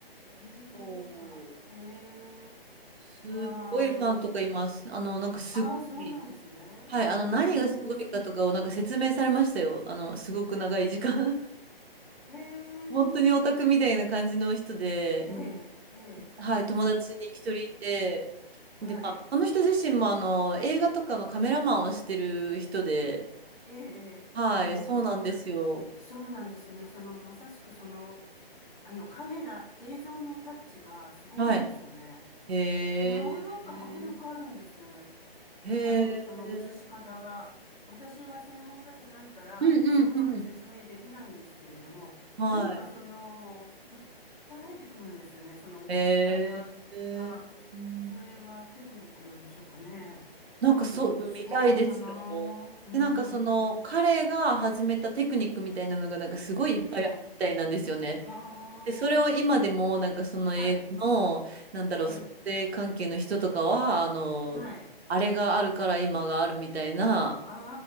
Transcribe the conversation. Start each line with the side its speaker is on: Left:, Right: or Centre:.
Left: アメリカですか。
Right: おー、
Left: へえ。
Right: すごいファンとかいます。
Left: ああ。
Right: あの、なんかすごい、
Left: ああ、そうなんですね。
Right: はい、あの、
Left: うーん。
Right: 何がすごいかとかをなんか説明されましたよ。あの、すごく長い時間。<laughs>
Left: へえ。
Right: 本当にオタクみたいな感じの人で、
Left: ええ、
Right: うん
Left: ええ、
Right: はい、友達に一人いて、
Left: ええ、はい、
Right: で、まあ、この人自身もあの、映画とかのカメラマンをしてる人で、
Left: ええ、ええうーん、
Right: はい、そうなんですよ。
Left: あ、そうなんですよね。その、まさしくその、あの、カメラ、映像のタッチがすごいんですよね。
Right: はい。へえ、
Left: なんか迫力あるんですよね。
Right: へえ。
Left: あの、その映し方が。私は専門家じゃないから、
Right: うんうんうん。
Left: うまく説明できないんですけれども、
Right: は
Left: 何かその、訴えてくるんですよね。その映し方が。
Right: い。えー、うん。
Left: それはテクニックなんでしょうかね。
Right: なんかそう、
Left: うん、すごかったなぁ。
Right: みたいですよ。
Left: う
Right: で、なんかその、
Left: ん。
Right: 彼が始めたテクニックみたいなのが、なんかすごいいっぱいあったみたいなんですよね。
Left: ええ。は
Right: で、それを今でも、なんかその英語の、
Left: あ。はい。
Right: なんだろう、
Left: ええ。
Right: 撮影関係の人とかは、あの、
Left: はい。
Right: あれがあるから今があるみたいな、
Left: あ